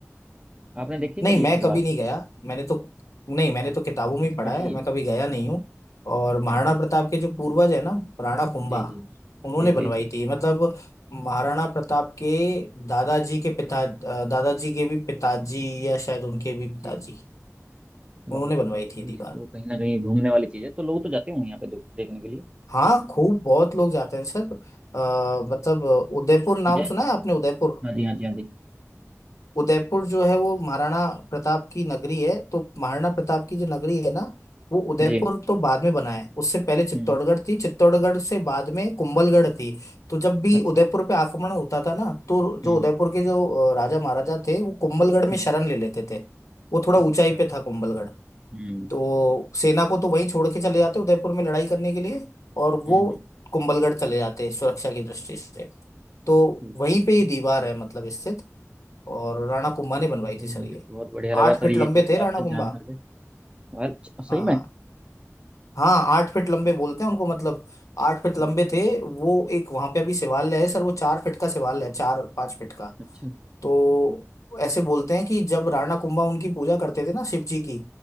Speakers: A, on the right (about 20°); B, on the left (about 75°).
A: आपने देखी
B: नहीं
A: सर ये
B: मैं
A: दीवार
B: कभी नहीं गया मैंने तो नहीं मैंने तो किताबों में
A: अच्छा
B: ही पढ़ा
A: पढ़ी
B: है
A: है
B: मैं
A: अच्छा,
B: कभी गया नहीं हूँ और महाराणा
A: हम्म
B: प्रताप के जो पूर्वज है ना राणा कुंभा
A: जी जी
B: उन्होंने
A: जी
B: बनवाई
A: जी जी
B: थी मतलब महाराणा प्रताप के दादाजी के पिता अ, दादाजी के भी पिताजी या शायद उनके भी पिताजी
A: जी
B: उन्होंने
A: बहुत
B: बनवाई
A: बढ़िया
B: थी
A: ये
B: दीवार
A: तो कहीं ना कहीं घूमने वाली चीज है तो लोग तो जाते होंगे यहाँ पे दो- देखने के लिए
B: हाँ खूब बहुत लोग जाते हैं सर अ, मतलब उदयपुर नाम
A: जय
B: सुना है आपने उदयपुर
A: हाँ जी हाँ जी हाँ जी
B: उदयपुर जो है वो महाराणा प्रताप की नगरी है तो महाराणा प्रताप की जो नगरी है ना वो उदयपुर
A: जी
B: तो बाद में बना है उससे पहले चित्तौड़गढ़
A: हम्म
B: थी चित्तौड़गढ़ से बाद में कुंभलगढ़ थी तो जब भी
A: अच्छा
B: उदयपुर पे आक्रमण होता था ना तो
A: हम्म
B: जो उदयपुर के जो अ, राजा महाराजा थे वो कुंभलगढ़ में
A: हम्म,
B: शरण ले लेते थे वो थोड़ा
A: अच्छा
B: ऊंचाई पे था कुंभलगढ़
A: हम्म
B: तो सेना को तो वहीं छोड़ के चले जाते उदयपुर में लड़ाई करने के लिए और वो
A: हम्म
B: कुंभलगढ़ चले जाते सुरक्षा की दृष्टि से तो
A: ठीक
B: वहीं
A: ठीक
B: पे
A: ठीक
B: ये दीवार है मतलब इससे और राणा कुंभा ने बनवाई
A: चलिए
B: थी सर
A: मुझे
B: ये
A: बहुत बढ़िया लगा
B: आठ
A: सर
B: फीट
A: ये
B: लंबे
A: चीज़
B: थे राणा
A: आपसे
B: कुंभा
A: जान करके आज सही
B: हाँ
A: में
B: हाँ आठ फीट लंबे बोलते हैं उनको मतलब आठ फीट लंबे
A: हम्म,
B: थे वो एक वहां पे अभी शिवालय है सर वो चार फीट का शिवालय है चार पांच फीट का
A: अच्छा
B: तो ऐसे बोलते हैं कि जब राणा कुंभा उनकी पूजा करते थे ना शिव जी की